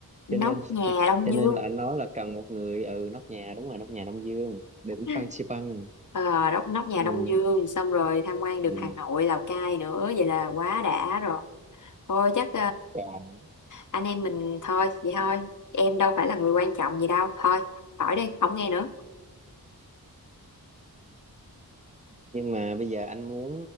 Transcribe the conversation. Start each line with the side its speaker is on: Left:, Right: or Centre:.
Left: nóc
Right: cho nên
Left: nhà Đông
Right: cho
Left: Dương.
Right: nên là anh nói là cần một người ừ nóc nhà đúng rồi nóc nhà Đông Dương đỉnh
Left: <laughs>
Right: Phan Xi Păng
Left: Ờ, đốc nóc nhà
Right: ừ,
Left: Đông Dương xong rồi tham quan được
Right: ừ.
Left: Hà Nội, Lào Cai nữa vậy là quá đã rồi thôi chắc
Right: Còn-
Left: anh em mình thôi vậy thôi em đâu phải là người quan trọng gì đâu thôi khỏi đi không nghe nữa
Right: nhưng mà bây giờ anh muốn